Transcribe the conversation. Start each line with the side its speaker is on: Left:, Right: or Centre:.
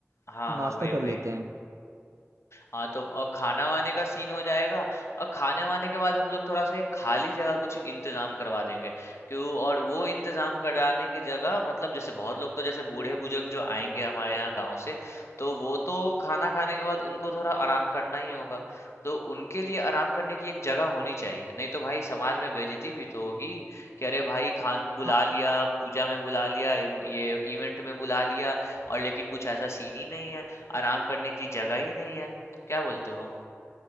Left: हाँ,
Right: तो नाश्ता
Left: हाँ, वही, वही।
Right: कर लेते हैं
Left: हाँ, तो और खाना-वाने का सीन हो जाएगा और खाने-वाने के बाद हम लोग थोड़ा-सा एक खाली जगह कुछ इंतजाम करवा देंगे क्यों और वो इंतजाम कराने की जगह मतलब जैसे बहुत लोग तो जैसे बूढ़े-बुजुर्ग जो आएंगे हमारे यहाँ गांव से तो वो तो खाना खाने के बाद उनको थोड़ा आराम करना ही होगा तो उनके लिए आराम करने की एक जगह होनी चाहिए नहीं तो भाई समाज में बेइज्जती भी तो होगी कि अरे भाई खान बुला
Right: हाँ
Left: लिया पूजा में बुला लिया इव- ये इवेंट में बुला लिया और लेकिन कुछ ऐसा सीन ही नहीं है आराम करने की जगह ही नहीं है क्या बोलते हो?